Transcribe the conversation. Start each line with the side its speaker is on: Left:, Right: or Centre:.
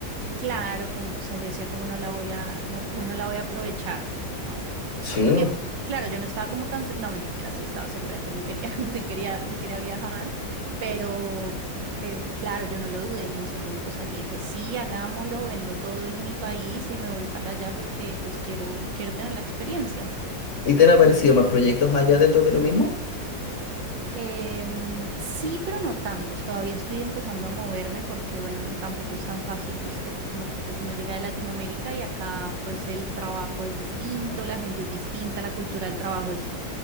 Right: Claro, como, o sea, yo decía, ¿cómo no la voy a, no, cómo no la voy a aprovechar, ¿no?
Left: Sí.
Right: Porque, claro, yo no estaba como tan, se- no, mentira, sí estaba segura de que me quería, <laughs> sí quería, sí quería viajar, pero, pero, claro, yo no lo dudé ni un segundo, o sea, yo dije, sí, hagámoslo, vendo todo en mi país y me voy para allá porque, pues, quiero, quiero tener la experiencia.
Left: ¿Y te han aparecido más proyectos allá dentro de lo mismo?
Right: Em, sí, pero no tantos. Todavía estoy empezando a moverme porque, bueno, tampoco es tan fácil, ¿viste? Como que pues uno llega de Latinoamérica y acá pues el trabajo es distinto, la gente es distinta, la cultura del trabajo es